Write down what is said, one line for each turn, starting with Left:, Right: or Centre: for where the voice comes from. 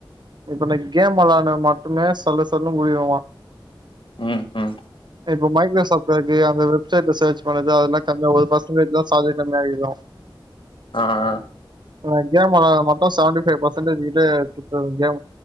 Right: இப்ப நா கேம் வெளாட்னது மட்டுமே சல்லு சல்லுன் முடியுமா
Left: ம் ம்
Right: இப்ப மைக்ரோசாஃப்ட் வொர்க்கு அந்த வெப்சைட்ல சேர்ச் பண்ணது அதெல்லா <unintelligible> இல்லட்னா சார்ஜர் கம்மியாயிரு
Left: ஆ ஆ
Right: அ கேம் வெளாட்றது மட்டு செவன்டீ ஃபை பெர்சன்டேஜுகிட்ட குட்ச்சுருது கேமு